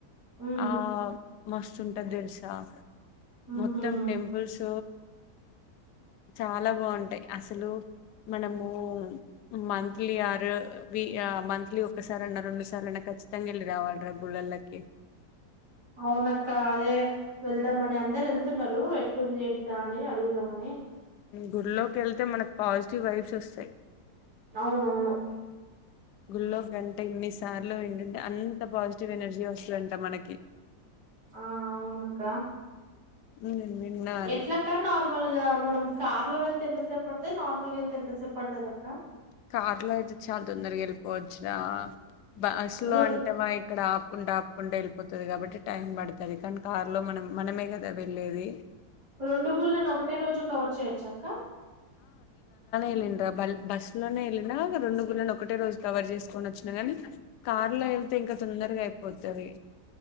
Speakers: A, on the right (about 85°); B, on the left (about 80°).
A: ఉ
B: ఆ మస్తు ఉంటది తెలుసా
A: ఉహు
B: మొత్తం టెంపుల్స్ చాలా బాగుంటాయి అసలు మనము మన్ త్లి ఆరు వి ఆ మంత్లీ ఒకసార అయినా రెండు సార్ అయిన ఖచ్చితంగా వెళ్ళి రావాలి రా గుళ్ళలకు కి
A: అవునక్క అదే వెళ్దామని అందరు వెళ్తున్నారు ంది ఏంటి దా అని అడుగుదామని
B: గుడిలోకి వెళ్తే మనకు పాజిటివ్ వైబ్స్ వస్తాయి
A: అవునవును
B: గుల్లో గంట ఎన్నిసార్లు వింటుంటే అంత పాజిటివ్ ఎనర్జీ వస్తుందంట మనకి
A: ఆ అవునక్క
B: మ్మ్ నిన్నా అది
A: ఎట్లక్క నార్మల్ గా మనం కార్ లో వెళ్తే ఎంతసేపు పడుతు నార్మల్ గా వెళ్తే ఎంతసేపు పడుతది అక్క
B: కార్ లో అయితే చాల్ తొందరకి వెళ్ళిపోవచ్చు రా బస్ లో
A: రెం
B: అంటే వా ఇక్కడ ఆపుకుంటా ఆప్ కుంటే వెళ్ళిపోతది కాబట్టి టైం పడతది కానీ కారు లో మనం మనమే కదా వెళ్లేేది
A: రోండుగుళ్ళలను ఒకటే రోజు కవర్ చేయొచ్చక్క
B: ఎలేండ్ర బల్ బస్ లోనే వెళ్ళినా రెండు గుళ్ళను ఒకటే రోజు కవర్ చేసుకొని వచ్చిన కానీ కార్ లో వెళ్తే ఇంకా తొందరగా అయిపోద్ది తది